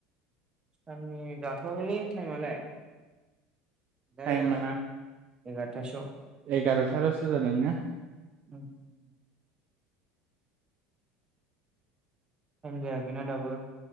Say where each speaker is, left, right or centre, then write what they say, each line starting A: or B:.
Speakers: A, on the right; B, on the right.
A: साननि जाथवाखैलै टाइमालाय? दाहाय
B: टाइमा
A: जागोन एगारथासोआव।
B: एगार'थाल'सो जादों ना?
A: ओं । टाइम जायाखै ना दाबो ।